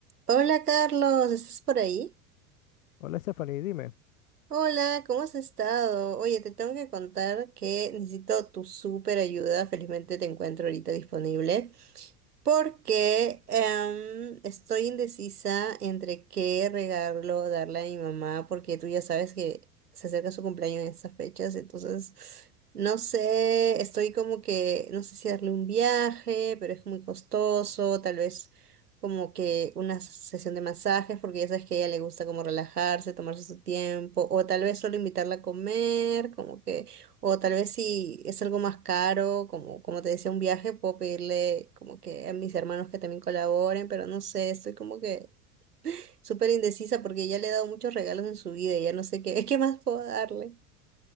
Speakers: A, on the right; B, on the left.
A: Hola Carlos, ¿estás por ahí?
B: Hola Stephanie, dime.
A: Hola, ¿cómo has estado? Oye, te tengo que contar que necesito tu súper ayuda. Felizmente te encuentro ahorita disponible. Porque em, estoy indecisa entre qué regalo darle a mi mamá, porque tú ya sabes que se acerca su cumpleaños en estas fechas, entonces no sé, estoy como que, no sé si darle un viaje, pero es muy costoso, tal vez como que una sesión de masajes, porque ya sabes que a ella le gusta como relajarse, tomarse su tiempo, o tal vez solo invitarla a comer, como que... O tal vez si es algo más caro, como, como te decía, un viaje, puedo pedirle como que a mis hermanos que también colaboren, pero no sé, estoy como que súper indecisa porque ya le he dado muchos regalos en su vida y ya no sé qué, <laughs> ¿qué más puedo darle?